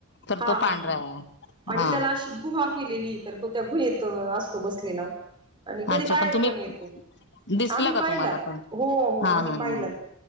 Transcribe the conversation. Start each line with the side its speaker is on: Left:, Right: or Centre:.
Left: तर
Right: हा
Left: तो
Right: हा
Left: पांढरा आहे.
Right: आणि
Left: हा
Right: त्याला अशी गुहा केलेली तर तो त्या गुहेेत असतो बसलेला आणि
Left: हा
Right: कधी
Left: अच्छा
Right: बाहेर
Left: तुम्ही
Right: पण येतो
Left: दिसलं
Right: आम्ही
Left: का
Right: पाहिला
Left: तुम्हाला पण
Right: हो हो
Left: हा
Right: आम्ही
Left: हा
Right: पाहिला.
Left: हा